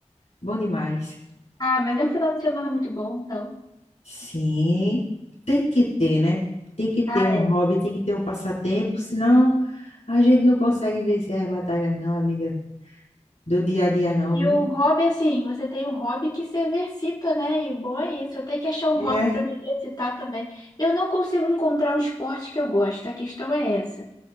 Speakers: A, on the left (about 65°); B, on the left (about 35°).
A: Bom demais.
B: Ah, mas é um final de semana muito bom, então.
A: Sim, tem que ter, né? Tem que ter
B: Ah,
A: um
B: é.
A: hobby, tem que ter um passatempo, senão a gente não consegue vencer as batalhas, não, amiga, do dia a dia, não,
B: E
A: viu?
B: o hobby, assim, você tem um hobby que se exercita, né? E o bom é isso. Eu tenho que achar um
A: É.
B: hobby para me exercitar também. Eu não consigo encontrar um esporte que eu gosto, a questão é essa.